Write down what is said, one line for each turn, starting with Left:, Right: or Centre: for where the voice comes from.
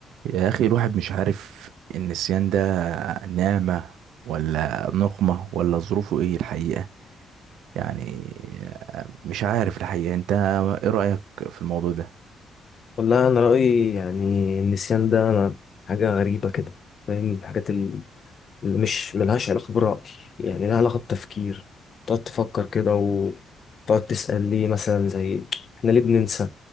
Right: يا أخي الواحد مش عارف النسيان ده نعمة ولا نقمة ولا ظروفه إيه الحقيقة يعني مش عارف الحقيقة أنت إيه رأيك في الموضوع ده؟
Left: والله انا رايي يعني النسيان ده أنا حاجه غريبه كده فاهم الحاجات ال- اللي مش ملهاش علاقه براي يعني لها علاقه بتفكير تقعد تفكر كده وتقعد تسال ليه مثلا زي احنا ليه بننسى